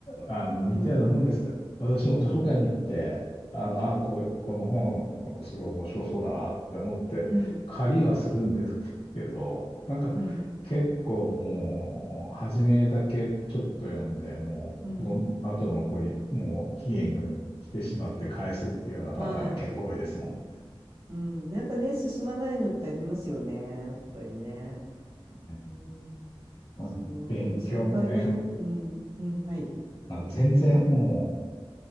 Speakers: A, on the left; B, on the right.
A: あの、
B: うーん、
A: 似たようなもんです。
B: う
A: 私も図書館に行って、あの、あーこう、この本、なんかすごい面白そうだなって思って、
B: ん、
A: 借りはするんですけど、なんか結構もう、
B: うん、
A: 初めだけちょっと読んで、もう、
B: うん、
A: この後残り、もう期限が来てしまって返すっていうようなパターンが結構多いですもん。
B: はい。うん、なんかね、進まないのってありますよね、やっぱりね。
A: ね
B: うん、
A: うん勉強もね、
B: そう、なんかでもその代わり、いんうん、うん、はい。
A: あの全然も